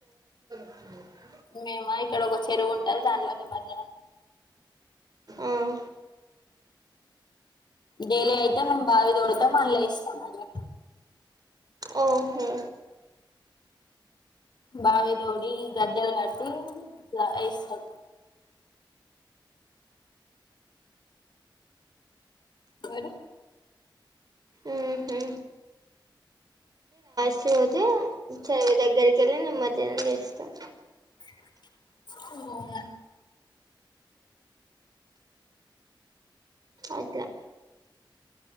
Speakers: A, on the right (about 50°); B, on the left (about 60°).
A: అ
B: మేము ఇక్కడ ఒక చెరువు ఉంటది దానిలోని మధ్య
A: ఆవు
B: డైలీ అయితే మేము బావి తోడతాం మళ్ళ ఇస్తాం అ
A: ఓహో
B: బావిదోడి గద్దెలుగాటి ఇష్టం మీరు
A: ఉహు శిరోోజు శజ దగ్గరి ఇష్టం
B: ఓ
A: అట్లా